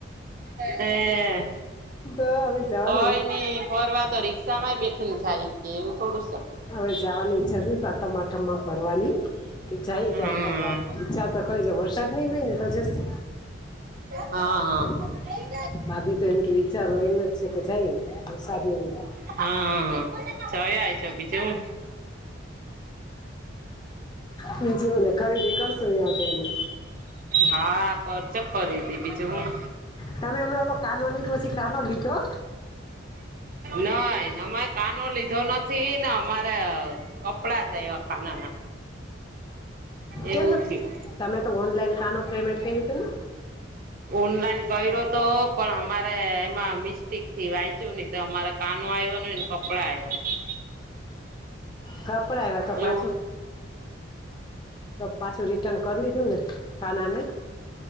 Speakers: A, on the right (about 45°); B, on the left (about 20°).
A: હે
B: તો હવે જવાનો
A: કઈ
B: વિચ-
A: નઈ ફરવા તો રિક્ષા માંય બેસી ને જાય કે એવું થોડું શે
B: હવે જવાની ઈચ્છા છે સાતમ આઠમ માં ફરવાની જાઈએ ક્યાંક
A: હમ
B: ફરવા ઈચ્છા તો ખરી છે વરસાદ નઈ હોય ને તો જશુ
A: હા હા
B: <inaudible>
A: હા
B: બાકી તો એમ કે વિચારો એમ જ છે કે જઈએ વરસાદ નહીં હોય તો.
A: હા છયા જે બીજું શું
B: બીજું શું છે ખરીદી કરસુ ત્યાં જઈને
A: હા કરજે ખરીદી બીજું હું
B: તમે હમણા ઓલો કાનો ની <unintelligible> પછી કાનો લીધો
A: નઈ અમે કાનો લીધો નથી થી ને અમારે કપડાં છે અયવા કાનાના એવું
B: કેમ ત
A: થયું
B: તમે તો ઓનલાઈન કાનો પેમેન્ટ કર્યું હતું ને
A: ઓનલાઈન કર્યો તો પણ અમારે એમાં મિસ્ટેક થી વાંચ્યું નહીં તે અમારા કાનો આવ્યો નઈ ને કપડા આવ્યા
B: કપડા અયવા તો પાછું
A: એવું
B: તો પાછું રિટર્ન કરી લીધું ને કાના ને?